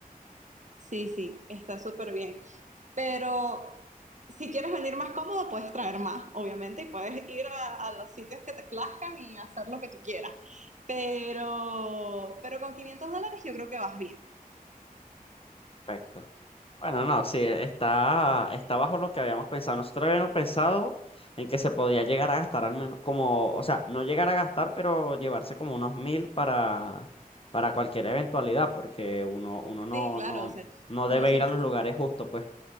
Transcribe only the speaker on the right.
Sí, sí, está súper bien. Pero si quieres venir más cómodo, puedes traer más, obviamente, y puedes ir a, a los sitios que te plazcan y hacer lo que tú quieras. Pero, pero con 500 dólares yo creo que vas bien.
Sí, claro,
o sea,
uno
siempre,